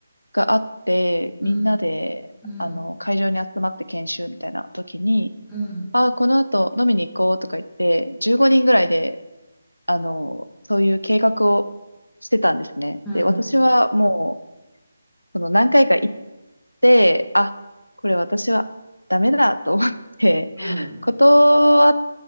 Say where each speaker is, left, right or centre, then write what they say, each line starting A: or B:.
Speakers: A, on the left; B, in the centre.
A: があって、みんなで、
B: うん。うん。
A: あの、会場に集まって研修みたいな時に、
B: うん。うん。
A: ああ、この後飲みに行こうとか言って、15人ぐらいで、あの、そういう計画をしてたんですね。
B: うん。
A: で、私はもう、その何回か行って、あ、これ私はダメだと思って、
B: うん。うん。
A: 断っ